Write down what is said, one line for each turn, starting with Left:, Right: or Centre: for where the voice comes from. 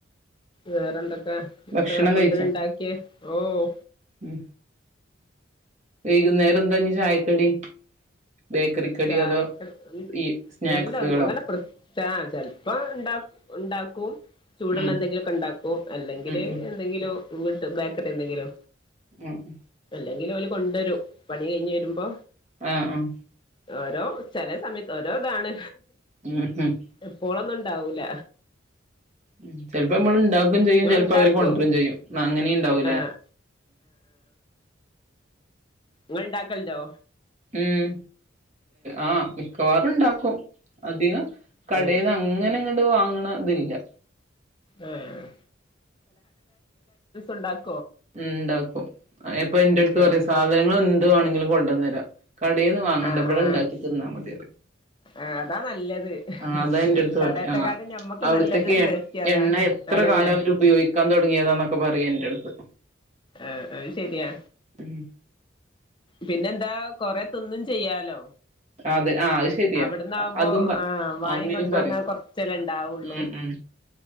Left: വേറെന്തൊക്കെ എന്താ
Right: ഭക്ഷണം
Left: ഫുഡ്
Right: കഴിച്ചോ
Left: ഉണ്ടാക്കിയെ ഓഹ്
Right: ഉം വൈകുന്നേരം എന്താ ഇനി ചായക്കടി ബേക്കറിക്കടിയോ
Left: ചായക്കടി
Right: അതോ ഈ സ്നാക്സുകളോ
Left: ഒന്നും <unintelligible> ആഹ് ചിലപ്പം ഇണ്ട ഇണ്ടാക്കും ചൂടുള്ള
Right: ഉം
Left: എന്തെങ്കിലുമൊക്കെ ഇണ്ടാക്കും അല്ലെങ്കില്
Right: ഉം ഉം
Left: എന്തെങ്കിലോട്ട് ബേക്കറി എന്തെങ്കിലോ
Right: ആഹ്
Left: എന്തെങ്കിലും അവല് കൊണ്ടുരും പണി കഴിഞ്ഞ് വരുമ്പോ
Right: ആഹ് ആഹ് ഉം
Left: ഓരോ ചില സമയത്ത് ഓരോ ഇതാണ്
Right: ഉം ഉം
Left: എപ്പോളൊന്നും ഇണ്ടാവൂല്ല
Right: ഉ ചൽപ്പ നമ്മള ഉണ്ടാക്കും ചെയ്യും ചെപ്പോ
Left: ഇണ്ടാക്കോ
Right: അവര് കൊണ്ടരും ചെയ്യും അങ്ങനെ ഉണ്ടാവൂലേ
Left: ആഹ് നിങ്ങ ഇണ്ടാക്കലണ്ടോ
Right: ഉം ആഹ മിക്കവാറും ഉണ്ടാക്കും അധികം കടയിന്ന്
Left: ആഹ്
Right: അങ്ങനെ ഇങ്ങട്ട വാങ്ങണ ഇതില്ല
Left: ആഹ് ണ്ടാക്ക
Right: ഉ ഉണ്ടാക്കും ഇപ്പൊ എന്റെ അടുത്ത്
Left: ആഹ്
Right: പറയാ സാധനങ്ങൾ എന്തു വേണെങ്കിലും കൊണ്ടുവന്നു തരാം കടയിൽന്ന് വാങ്ങണ്ട
Left: ആഹ്
Right: ഇവിടെ
Left: ആഹ്
Right: ഉണ്ടാക്കി തിന്നാൽ മതിയ
Left: ആഹ് അതാ നല്ലത്
Right: ആ അതാ എന്റെ അടുത്ത്
Left: കടയത്തെക്കാട്ടും
Right: ആ
Left: ഞമ്മക്ക്
Right: അവിടുത്തേക്ക്
Left: നല്ലത് സേഫ്റ്റി അതാ
Right: എണ്ണ എത്ര
Left: അതന്നെ
Right: കാലം അവര് ഉപയോഗിക്കാൻ തുടങ്ങിയതാന്നൊക്കെ പറയാ എൻറ അടുത്ത്
Left: ആഹ അത് ശെരിയാ
Right: ഉം
Left: പിന്നെന്താ കൊറ തിന്നും ചെയ്യാലോ
Right: അതെ ആഹ് അത് ശരിയാ
Left: അവിടന്നാവുമ്പോ
Right: അ- അതും പ
Left: ആ വായം
Right: അങ്ങനിം
Left: കൊണ്ട
Right: പറയും
Left: പോോന്ന കൊറച്ചല്ലാം ഇണ്ടാവുള്ളു
Right: ഉം ഉം